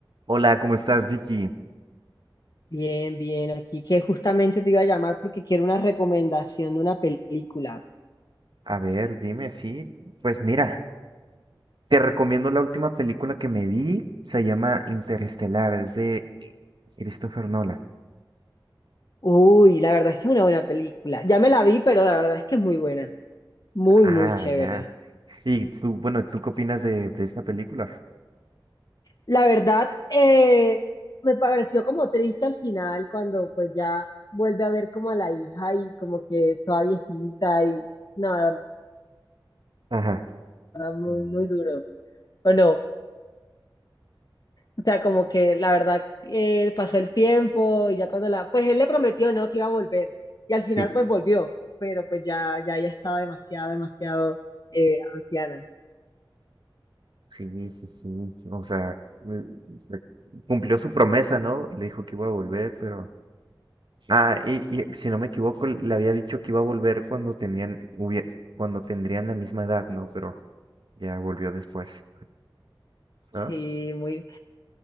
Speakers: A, on the right (about 65°); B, on the left (about 50°).
A: Hola, ¿cómo estás, Vicky?
B: Bien, bien, aquí que justamente te iba a llamar porque quiero una recomendación de una película.
A: A ver, dime, sí. Pues mira, te recomiendo la última película que me vi. Se llama Interestelar, es de Christopher Nolan.
B: Uy, la verdad es que es una buena película. Ya me la vi, pero la verdad es que es muy buena. Muy,
A: Ah,
B: muy chévere.
A: ya. Y tú, bueno, ¿tú qué opinas de, de esta película?
B: La verdad, eh, me pareció como triste al final cuando pues ya vuelve a ver como a la hija y como que toda viejita y no, la verdad,
A: Ajá.
B: muy,
A: mm,
B: muy duro. ¿O no? O sea, como que la verdad eh, pasó el tiempo y ya cuando la, pues él le prometió, ¿no? Que iba a volver. Y al final
A: Sí.
B: pues volvió, pero pues ya, ya ella estaba demasiado, demasiado eh, anciana.
A: Sí, sí, sí. O sea, eh, eh, cumplió su promesa, ¿no? Le dijo que iba a volver, pero... Ah, y, y si no me equivoco, le había dicho que iba a volver cuando tenían, hubie- cuando tendrían la misma edad, ¿no? Pero Ya volvió después, ¿no?
B: Sí, muy.